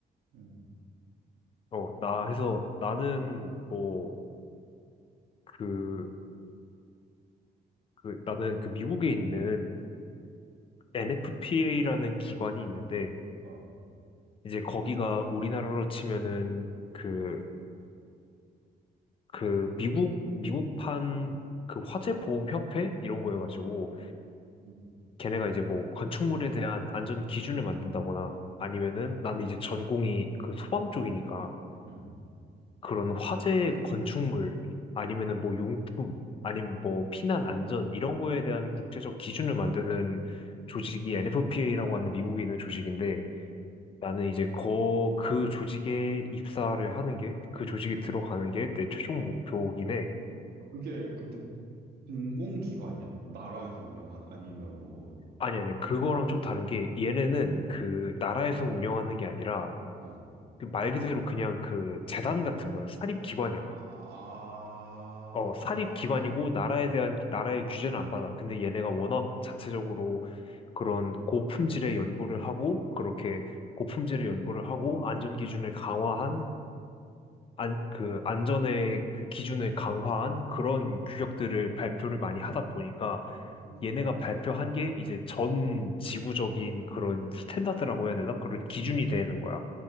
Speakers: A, on the right; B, on the left.
A: 응,
B: 어, 나 해서 나는 뭐 그, 그 나는 그 미국에 있는 NFPA라는 기관이 있는데
A: 어,
B: 이제 거기가 우리나라로 치면은 그 그 미국 미국판 그 화재 보험 협회 이런 거여가지고
A: 응,
B: 걔네가 이제 뭐 건축물에 대한 안전 기준을 만든다거나 아니면은 나는 이제 전공이 그 소방 쪽이니까
A: 응.
B: 그런 화재 건축물 아니면은 뭐 용품 아니면 뭐 피난 안전 이런 거에 대한 국제적 기준을 만드는 조직이 NFPA라고 하는 미국에 있는 조직인데
A: 응.
B: 나는 이제 거 그 조직에 입사를 하는 게 그 조직에 들어가는 게 내 최종 목표긴 해.
A: 그게 근데 공공기관이야? 나라에서 운영한? 아니면 뭐,
B: 아니, 아니, 그거랑 좀 다른 게, 얘네는
A: 어,
B: 그, 나라에서 운영하는 게 아니라,
A: 어.
B: 그 말 그대로 그냥 그, 재단 같은 거야. 사립기관이야.
A: 아,
B: 어, 사립기관이고, 나라에 대한, 나라의 규제는 안 받아. 근데 얘네가 워낙 자체적으로 그런 고품질의 연구를 하고, 그렇게 고품질의 연구를 하고, 안전기준을 강화한 안, 그 안전의 그 기준을 강화한 그런
A: 응,
B: 규격들을 발표를 많이 하다 보니까
A: 음.
B: 얘네가 발표한 게 이제 전 지구적인 그런 스탠다드라고 해야 되나? 그런 기준이 되는 거야.